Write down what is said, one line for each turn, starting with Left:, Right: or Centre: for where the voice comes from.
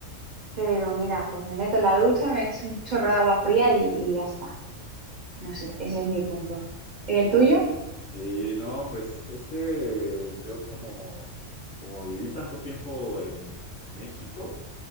Right: pero mira, pues me meto en la ducha, me echo un chorro de agua fría y, y ya está. No
Left: Y
Right: sé,
Left: Ya está.
Right: ese es mi punto. ¿Y el tuyo?
Left: Y no, pues es que yo como, como viví tanto tiempo en, en México,